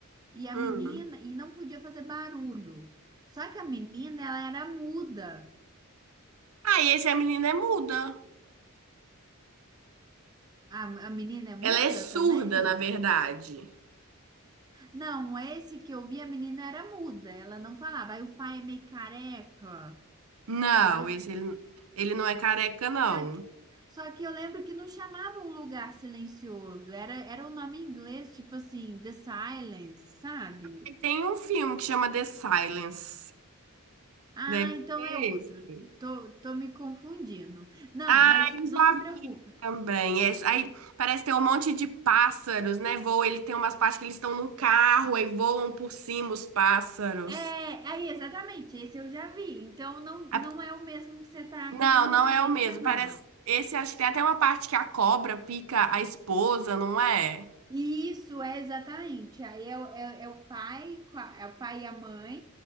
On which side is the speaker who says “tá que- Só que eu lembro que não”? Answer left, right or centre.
Right